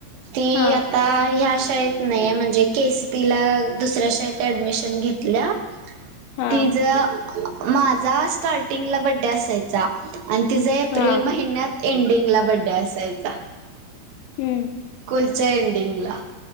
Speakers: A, on the right; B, on the left.
A: ती
B: हा
A: आता आता ह्या शाळेत नाही म्हणजे केसीपी ला दुसऱ्या शाळेत ऍडमिशन घेतल्या
B: हा
A: तिज माझा स्टार्टिंगला बड्डे असायचा. आणि तिचा एप्रिल
B: हा
A: महिन्यात एंडिंगला बड्डे असायचा
B: हम्म
A: कुलच्या एंडिंगला